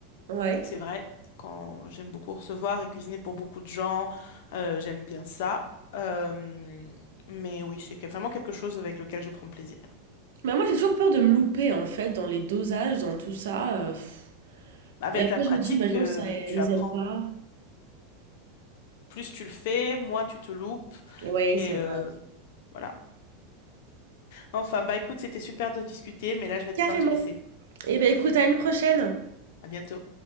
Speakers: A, on the right; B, on the left.
A: Ouais.
B: C'est vrai, quand j'aime beaucoup recevoir et cuisiner pour beaucoup de gens, euh, j'aime bien ça. Euh, mais oui, c'est que- vraiment quelque chose avec lequel je prends plaisir.
A: Mais moi, j'ai toujours peur de me louper, en fait, dans les dosages, dans tout ça. euh, pff.
B: Avec
A: Et après,
B: la pratique,
A: je me dis, imagine,
B: euh,
A: ça,
B: tu
A: ils
B: apprends.
A: aiment pas.
B: Plus tu le fais, moins tu te loupes.
A: Ouais,
B: Et
A: c'est vrai.
B: euh, voilà. Enfin, bah écoute, c'était super de discuter, mais là, je vais devoir
A: Carrément.
B: te laisser.
A: Eh ben, écoute, à une prochaine.
B: À bientôt.